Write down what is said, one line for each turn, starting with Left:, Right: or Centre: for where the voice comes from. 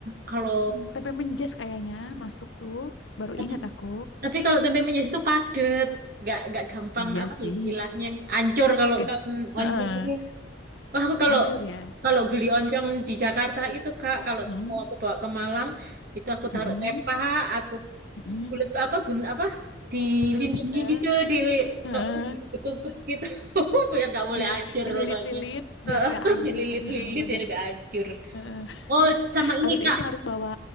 Right: Kalau
Left: Hmm, peppermint Jazz kayaknya masuk tuh. Baru
Right: tapi,
Left: ingat aku.
Right: tapi kalau tempe menjes itu padet, nggak nggak gampang
Left: Iya
Right: apa
Left: sih.
Right: ya istilahnya ancur kalau
Left: Ged-
Right: kan
Left: Heeh,
Right: oncom itu. Wah, aku kalau
Left: Anjur ya.
Right: Kalau beli oncom di Jakarta itu Kak, kalau
Left: Mm-mm,
Right: mau aku bawa ke Malang, itu aku taruh
Left: mm
Right: tepa, aku
Left: mm,
Right: bulet apa bun apa dilindungi
Left: Bentel-bentel.
Right: gitu di,
Left: Heeh,
Right: di ketupet gitu <laughs> biar nggak boleh
Left: ya.
Right: hancur
Left: Dililit-lilit
Right: kayaknya. <laughs>
Left: biar gak anjur.
Right: Dililit-lilit
Left: Heeh, bener.
Right: biar nggak hancur.
Left: Heeh.
Right: Oh, sama ini
Left: Harus
Right: Kak.
Left: itu harus bawa